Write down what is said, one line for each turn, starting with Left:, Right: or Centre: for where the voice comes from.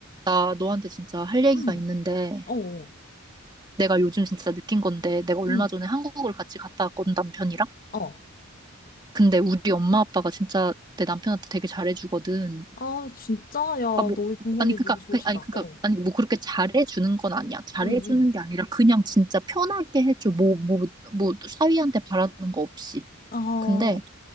Right: 나 너한테 진짜 할 얘기가
Left: 응,
Right: 있는데
Left: 어, 어,
Right: 내가 요즘 진짜 느낀 건데 내가 얼마
Left: 응,
Right: 전에 한국을 같이 갔다 왔거든 남편이랑
Left: 어.
Right: 근데 우리 엄마 아빠가 진짜 내 남편한테 되게 잘해주거든
Left: 아, 진짜? 야,
Right: 아 뭐
Left: 너희 부모님
Right: 아니 그니까
Left: 너무 좋으시다.
Right: 그- 아니 그니까
Left: 어,
Right: 아니 뭐 그렇게 잘해주는 건 아니야 잘해주는
Left: 응, 응.
Right: 게 아니라 그냥 진짜 편하게 해줘 뭐 뭐 뭐 사위한테 바라는 거 없이
Left: 아, 어,
Right: 근데